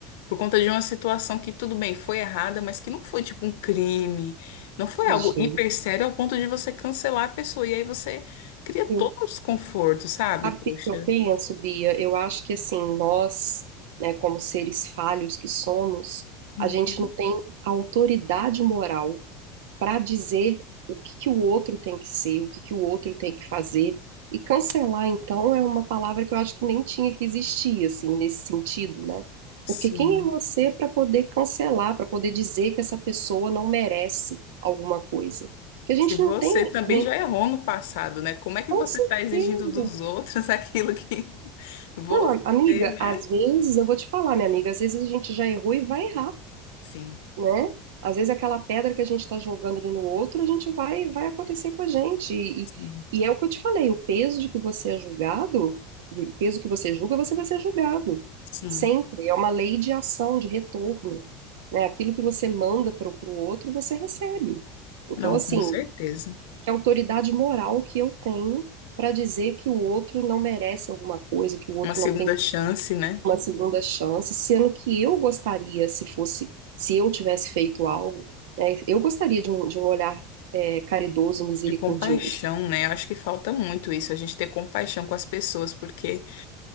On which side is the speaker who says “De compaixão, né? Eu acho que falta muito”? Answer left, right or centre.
Left